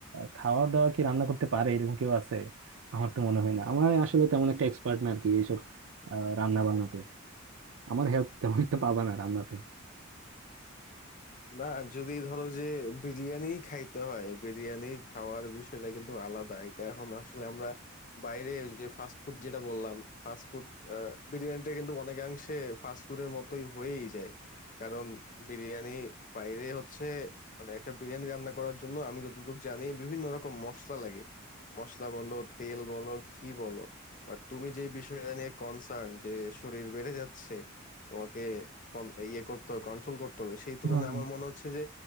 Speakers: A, on the right; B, on the left.
A: খাওয়া দাওয়া কি রান্না করতে পারে এরকম কেউ আছে আমার তো মনে হয় না আমার আসলে তেমন একটা এক্সপার্ট না আর কি এইসব রান্না বান্নাতে আমার হেল্প তেমন একটা পাবা না রান্নাতে
B: না যদি ধরো যে বিরিয়ানি খাইতে হয় বিরিয়ানি খাওয়ার বিষয়টা কিন্তু আলাদা এটা এখন আসলে আমরা বাইরে ওই যে ফাস্ট ফুড যেটা বললাম ফাস্ট ফুড বিরিয়ানিটা কিন্তু অনেকাংশে ফাস্ট ফুডের মতোই হয়েই যায় কারণ বিরিয়ানি বাইরে হচ্ছে মানে একটা বিরিয়ানি রান্না করার জন্য আমি যতটুকু জানি বিভিন্ন রকম মশলা লাগে মশলা বলো তেল বলো ঘি বলো বাট তুমি যে বিষয়টা নিয়ে কনসার্ন যে শরীর বেড়ে যাচ্ছে তোমাকে কন- ইয়ে করতে হবে কন্ট্রোল করতে হবে সেই তুলনায়
A: হ্যাঁ
B: আমার মনে হচ্ছে যে